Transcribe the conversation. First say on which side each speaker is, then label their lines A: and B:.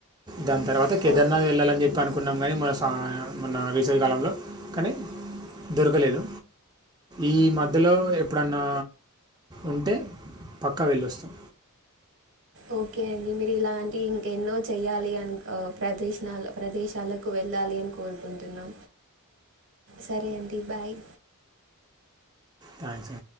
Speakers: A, on the right; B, on the right.
A: దాన్ తర్వాత కెద్
B: ఓ
A: ధర్నాది వెళ్ళాలని చెప్పి అనుకున్నాం కానీ మన సా మన వేసవి కాలంలో కానీ దొరకలేదు ఈ మధ్యలో ఎప్పుడన్నా ఉంటే పక్కా వెళ్ళోస్తాం
B: ఓకే అండి మీరు ఇలాంటి ఇంక ఎన్నో చెయ్యాలి అని ప్రదేశ ప్రదేశాలకు వెళ్ళ వెళ్ళాలి అని కోరుకుంటున్నా సరే అండి బాయ్
A: దాంచి